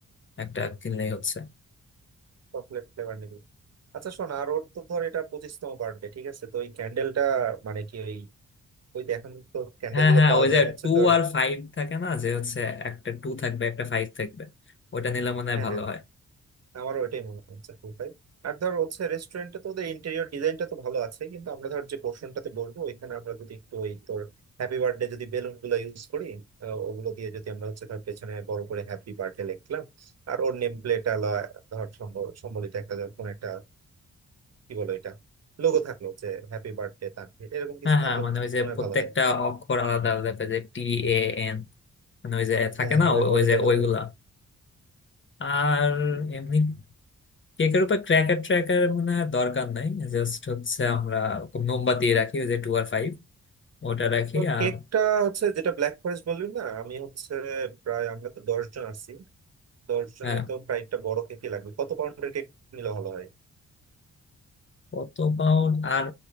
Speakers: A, on the left; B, on the right.
A: একটা কিনলেই হচ্ছে
B: চকলেট ফ্লেভার নিবি আচ্ছা শোন আর ওর তো ধর এটা পঁচিশতম বার্থডে ঠিক আছে তো ওই ক্যান্ডেলটা মানে কি ওই ওই এখন তো ক্যান্ডেল
A: হ্যাঁ
B: গুলো
A: হ্যাঁ
B: পাওয়া
A: ওই
B: যায়
A: যে
B: হচ্ছে
A: টু
B: তোর
A: আর ফাইভ থাকে না যে হচ্ছে একটা টু থাকবে একটা ফাইভ থাকবে ওটা নিলে মনে হয়
B: হ্যাঁ
A: ভালো
B: হ্যাঁ
A: হয়
B: আমারও ওটাই মনে হচ্ছে টু ফাইভ আর ধর হচ্ছে রেস্টুরেন্টে তো ওদের ইন্টেরিয়র ডিজাইনটা তো ভালো আছে কিন্তু আমরা ধর যে পোর্শনটাতে বলবো ওইখানে আমরা যদি একটু ওই তোর হ্যাপি বার্থডে যদি বেলুন গুলো ইউজ করি আহ, ওগুলো দিয়ে যদি আমরা হচ্ছে ধর পেছনে বড় করে হ্যাপি বার্থডে লিখলাম আর ওর নেম প্লেট ধর সম্ব- সম্বলিত একটা ধর কোনো একটা কি বলো এটা লোগো থাকলো যে হ্যাপি বার্থডে তানভীর এরকম
A: হ্যাঁ
B: কিছু
A: হ্যাঁ
B: থাকলে
A: মানে ওই যে
B: মনে হয়
A: প্রত্যেকটা
B: ভালো হয়
A: অক্ষর আলাদা আলাদা করে যে টি এ এন মানে ওই যে থাকে
B: হ্যাঁ
A: না
B: ওই
A: ও-
B: ওই-
A: ওই
B: ওইটার
A: যে
B: কথা
A: ওইগুলা
B: বল
A: আর এমনি কেকের উপর ক্র্যাকার ট্র্যাকার মনে হয় দরকার নাই জাস্ট হচ্ছে আমরা খুব মোমবাতি রাখি ওই যে টু আর ফাইভ ওটা রাখি
B: তো
A: আর
B: কেকটা হচ্ছে যেটা ব্ল্যাক ফরেস্ট বললি না আমি হচ্ছে প্রায় আমরা তো দশ জন আছি তোর জন্য
A: হ্যাঁ
B: তো প্রায় একটা বড় কেকই লাগবে কত পাউন্ডের কেক নিলে ভালো হয়
A: কত পাউন্ড আর